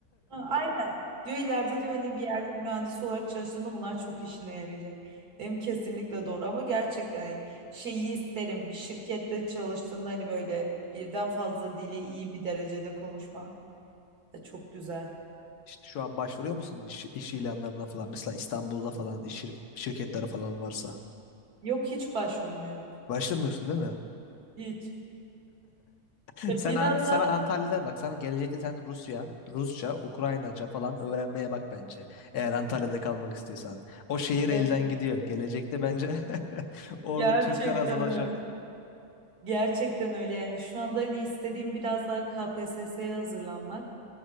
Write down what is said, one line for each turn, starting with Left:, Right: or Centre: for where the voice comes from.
Right: Ha, Aynen. Diyor ileride diyor hani bir yerde mühendis olarak çalıştığında bunlar çok işine yarayacak. Dedim kesinlikle doğru ama gerçekten hani şeyi isterim. Bir şirkette çalıştığımda hani böyle birden fazla dili iyi bir derecede konuşmak da çok güzel.
Left: İşte şu an başvuruyor musun iş, iş ilanlarına falan? Mesela İstanbul'da falan iş şirk- şirketleri falan varsa.
Right: Yok hiç başvurmuyorum.
Left: Başvurmuyorsun değil mi?
Right: Hiç.
Left: <laughs>
Right: Ya
Left: Sen
Right: Biraz
Left: Ant- sana
Right: daha
Left: Antalya'da bak sana gelecekte sen Rusya, Rusça, Ukraynaca falan öğrenmeye bak bence. Eğer Antalya'da kalmak istiyorsan. O şehir
Right: evet,
Left: elden gidiyor. Gelecekte bence <laughs> orada
Right: gerçekten
Left: Türkler azalacak.
Right: öyle. Gerçekten öyle yani şu anda hani istediğim biraz daha KPSS'ye hazırlanmak.